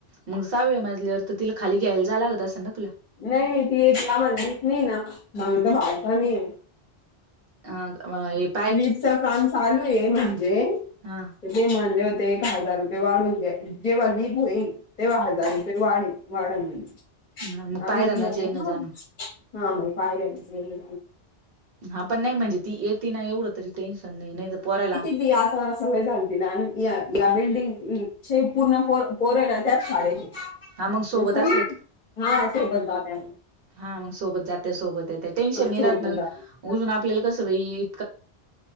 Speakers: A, on the right; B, on the left.
A: मग सहाव्या मजल्यावर तर तिला खाली घ्यायला जायला लागत असेल ना तिला.
B: नाही नाही ती येत जा म्हणती नाही ना, म्हणून तर भावतर नाही.
A: हाक मा एक.
B: लिपचं काम चालू आहे म्हणजे
A: हा.
B: ते म्हणले होते एक हजार रुपये वाढून घ्या जेव्हा लीप होईन. तेव्हा हजार रुपये वाढी, वाढली
A: हा मग पायऱ्यानच
B: आम्ही म्हणजेच
A: येणं जाणं
B: ना. हां बाई पाहिलंचेय.
A: हा पण नाही म्हणजे ती येते ना एवढं तरी टेन्शन नाही नाही तर पोराला.
B: लिही आता. सवय झालतीना आणि या या बिल्डिंगचे पूर्ण पोर पोर हाय ना त्याच शाळेतेय.
A: हा मग सोबत
B: हंसावली
A: असलं
B: हा सही बात बाब्या.
A: हा मग सोबत जात्या सोबत येत्या टेन्शन नाही
B: सोबत
A: ना राहत
B: जात्या
A: उजून आपल्याला कसं बई